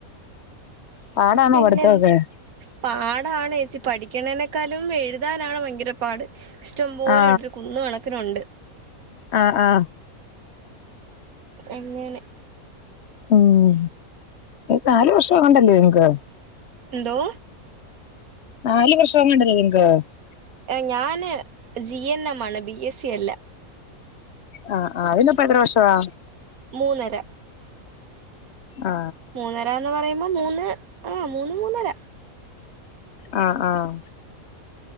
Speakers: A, on the left; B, on the right.
A: പാടാണോ
B: പിന്നെ
A: പഠിത്തമൊക്കെ
B: എൻ പാടാണ് ഏച്ചി പഠിക്ക്ണെനാക്കാളും എഴുതാനാണ് ഭയങ്കര പാട് ഇഷ്ടംപോലണ്ട്
A: ആ
B: കുന്നുകണക്കിന് ഉണ്ട്
A: ആ ആ
B: എങ്ങനെ
A: ഉം നാലുവർഷാങ്ങോണ്ടല്ലേ <unintelligible>
B: എന്തോ
A: നാല് വർഷാങ്ങണ്ടല്ലേ <unintelligible>
B: ഞാന് ജി എൻ എം ആണ് ബി എസ് സി അല്ല
A: ആ ആ അയിനിപ്പേത്ര വർഷവാ
B: മൂന്നര
A: ആ
B: മൂന്നരാന്നു പറയുമ്പം മൂന്ന് ആ മൂന്ന് മൂന്നര
A: ആ ആ